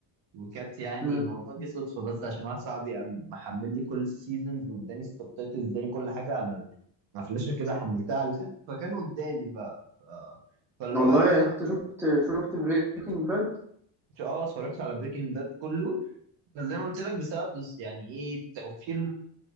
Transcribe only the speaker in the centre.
امم
والله
يعني انت شفت شفت بريكنج باد